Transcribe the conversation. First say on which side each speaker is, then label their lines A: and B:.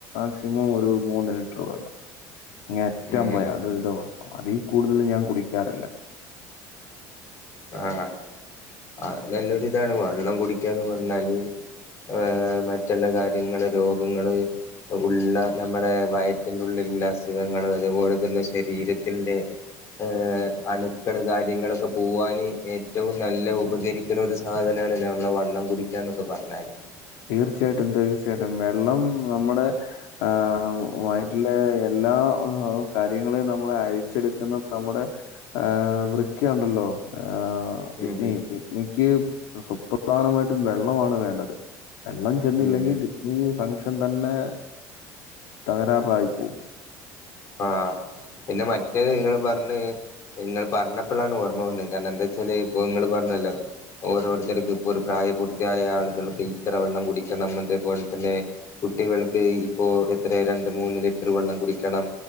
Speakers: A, on the left; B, on the left.
A: മാക്സിമം ഒരു മൂന്ന് ലിറ്റർ വെള്ളം. അങ്ങേ അറ്റം
B: ഉം
A: പോയാ, അത് ഒരു ദിവസം. അതിൽ കൂടുതൽ ഞാൻ കുടിക്കാറില്ല.
B: ആഹ ആ നല്ലൊരു ഇതാണ് വെള്ളം കുടിക്കാന്ന് പറഞ്ഞാല്. ആ മറ്റുള്ള കാര്യങ്ങള് രോഗങ്ങള്, ഉള്ള നമ്മുടെ വയറ്റിന്റെ ഉള്ളിലുള്ള അസുഖങ്ങള്, അതുപോലെ തന്നെ ശരീരത്തിന്റെ, ഏഹ അണുക്കള് കാര്യങ്ങളൊക്കെ പോവാൻ. ഏറ്റവും നല്ല ഉപകരിക്കണ ഒരു സാധനാണ്, നമ്മളെ വള്ളം കുടിക്കാ എന്നൊക്കെ പറഞ്ഞാല്.
A: തീർച്ചയായിട്ടും, തീർച്ചയായിട്ടും വെള്ളം നമ്മുടെ ആ വയറ്റിലെ എല്ലാ ഹ കാര്യങ്ങള് നമ്മെ അരിച്ചെടുക്കുന്ന നമ്മുടെ ആ വൃക്കയുണ്ടല്ലോ, ഏഹ് കിഡ്നീ
B: ഉം ഉം
A: കിഡ്നിക്ക് സുപ്രധാനമായിട്ടും വെള്ളമാണ് വേണ്ടത്. വെള്ളം ചെന്നില്ലെങ്കിൽ
B: ഉം
A: കിഡ്‌നി ഫംഗ്ഷൻ തന്നെ തകരാറിലായി പോകും.
B: ആ പിന്നെ മറ്റേ നിങ്ങൾ പറഞ്ഞ്, നിങ്ങൾ പറഞ്ഞപ്പോഴാണ് ഓർമ്മ വന്നത്. കാരണം എന്താന്ന് വെച്ചാല് ഇപ്പൊ നിങ്ങൾ പറഞ്ഞല്ലോ. ഓരോരുത്തർക്കു ഇപ്പോൾ ഒരു പ്രായപൂർത്തിയായ ആളുകൾക്ക് ഇത്ര വെള്ളം കുടിക്കണം. അതേപോലെ തന്നെ, കുട്ടികൾക്ക് ഇപ്പോ എത്രെ രണ്ട് മൂന്ന് ലിറ്റർ വെള്ളം കുടിക്കണം.